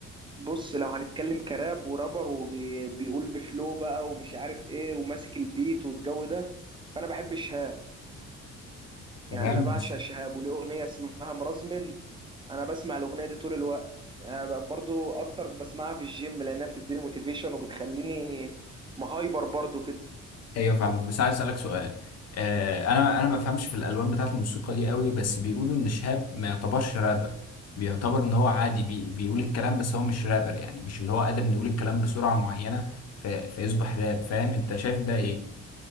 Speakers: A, on the right (about 15°); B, on the left (about 55°).
A: بص لو هنتكلم كراب ورابر وبيقول بفلو بقى ومش عارف ايه وماسك البيت والجو ده فانا بحب شهاب
B: تمام
A: يعني انا بعشق شهاب وليه اغنيه اسمها مرزمن انا بسمع الاغنيه دي طول الوقت يعني ب- برضو اكتر بسمعها في الجيم لانها بتديني موتيفيشن وبتخليني مهايبر برضو كده
B: ايوه فاهمك بس عايز اسالك سؤال آه انا انا ما بفهمش في الالوان بتاعه الموسيقى دي قوي بس بيقولوا ان شهاب ما يعتبرش رابر بيعتبر ان هو عادي بي بيقول الكلام بس هو مش رابر يعني مش اللي هو قادر انه يقول الكلام بسرعه معينه في فيصبح راب فاهم انت شايف ده ايه